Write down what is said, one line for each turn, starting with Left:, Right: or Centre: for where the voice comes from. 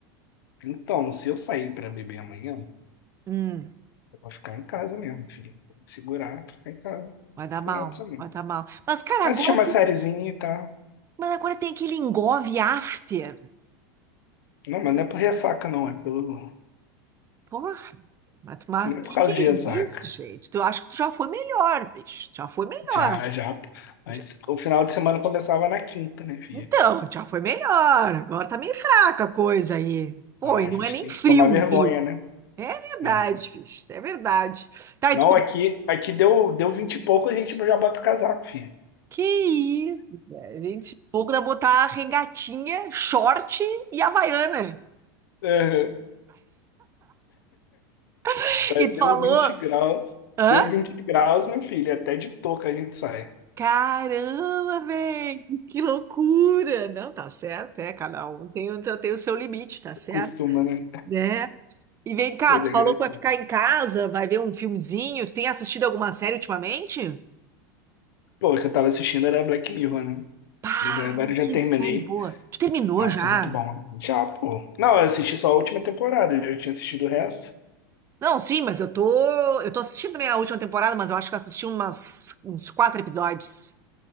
Left: Então, se eu sair pra beber amanhã,
Right: Hum,
Left: eu vou ficar em casa mesmo, filho. Vou me segurar pra ficar em casa no
Right: vai dar mal.
Left: final de semana.
Right: Vai dar mal. Mas, cara,
Left: Assistir
Right: agora.
Left: uma sériezinha e tá.
Right: Mas agora tem aquele engove after.
Left: Não, mas não é por ressaca, não, é pelo.
Right: Porra, mas, mas
Left: Não
Right: o
Left: é
Right: que
Left: por causa
Right: que é
Left: de ressaca.
Right: isso, gente? Tu acho que tu já foi melhor, bicho. Já foi melhor.
Left: Já, já. pô. Antes,
Right: Já-
Left: o final de semana começava na quinta, né, filha?
Right: Então, já foi melhor. Agora tá meio fraca a coisa aí. Pô,
Left: Então
Right: e
Left: a
Right: não
Left: gente
Right: é nem
Left: tem
Right: frio
Left: que tomar vergonha,
Right: no Rio.
Left: né?
Right: É verdade,
Left: Não,
Right: bicho. É verdade. Tá, e
Left: Não,
Right: tu come...
Left: aqui, aqui deu, deu 20 e pouco, a gente já bota o casaco, filha.
Right: Que isso, velho. Gente, pouco dá botar regatinha, short e havaiana.
Left: Aham.
Right: <laughs>
Left: Aí
Right: E tu
Left: Deu
Right: falou.
Left: 20 graus.
Right: Hã?
Left: Deu 20 graus, meu filho. Até de touca a gente sai.
Right: Caramba, velho, que loucura! Não, tá certo, é, cada um tem, o- tem o seu limite, tá certo?
Left: Costuma, né?
Right: É. E vem cá,
Left: Mas
Right: tu
Left: é
Right: falou
Left: engraçado.
Right: que vai ficar em casa, vai ver um filmezinho. Tu tem assistido alguma série ultimamente?
Left: Pô, o que eu tava assistindo era Black Mirror, né?
Right: Pá,
Left: Mas agora eu já
Right: que
Left: terminei.
Right: série boa. Tu terminou
Left: Nossa,
Right: já?
Left: muito bom. Já, pô. Não, eu assisti só a última temporada, eu já tinha assistido o resto.
Right: Não, sim, mas eu tô, eu tô assistindo também a última temporada, mas eu acho que eu assisti umas, uns quatro episódios